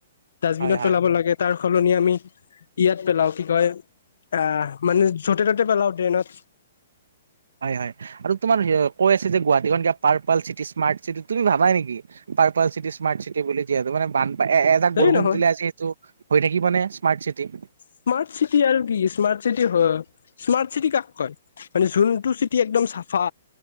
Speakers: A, on the left; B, on the right.
A: ডাষ্টবিনত
B: হয় হয়
A: পেলাব লাগে তাৰ সলনি আমি ইয়াত পেলাওঁ কি কয় আহ মানে য'তে ত'তে পেলাও ট্ৰেইনত
B: হয় হয় আৰু তোমাৰ কৈ আছে যে গুৱাহাটীখন কিয়া পাৰ চিটি স্মাৰ্ট চিটি তুমি ভাবা নেকি পাৰ্পল চিটি স্মাৰ্ট চিটি বুলি যিহেতু মানে বান তাক
A: হেৰি
B: বৰষুণ
A: নহয়
B: দিলে আজি সেইটো হৈ থাকিব নে স্মাৰ্ট চিটি
A: স্মাৰ্ট চিটি আৰু কি স্মাৰ্ট চিটি স্মাৰ্ট চিটি কাক কয় মানে জোনটোু চিটি একদম চাফা